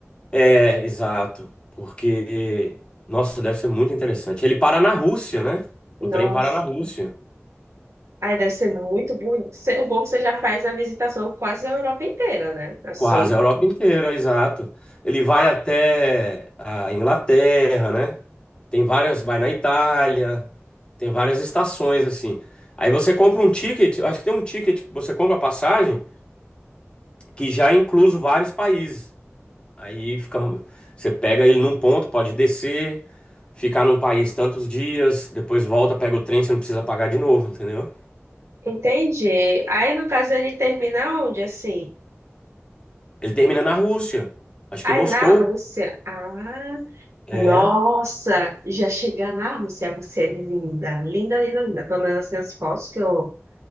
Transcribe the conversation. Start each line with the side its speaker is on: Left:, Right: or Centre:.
Left: É, exato. Porque, nossa, deve ser muito interessante. Ele para na Rússia, né? O
Right: Nossa,
Left: trem para na Rússia.
Right: aí deve ser muito bonito. Se- O bom é que você já faz a visitação quase a Europa inteira, né? Assim.
Left: Quase a Europa inteira, exato. Ele vai até a Inglaterra, né? Tem várias, vai na Itália, tem várias estações assim. Aí você compra um ticket, acho que tem um ticket, que você compra a passagem que já é incluso vários países. Aí fica, você pega ele num ponto, pode descer, ficar num país tantos dias, depois volta, pega o trem, você não precisa pagar de novo, entendeu?
Right: Entendi. Aí, no caso, ele termina onde, assim?
Left: Ele termina na Rússia, acho
Right: Aí,
Left: que em Moscou.
Right: na Rússia. Ah,
Left: É,
Right: nossa! Já chegar na Rússia, você é linda. Linda, linda, linda. Pelo menos assim, as fotos que eu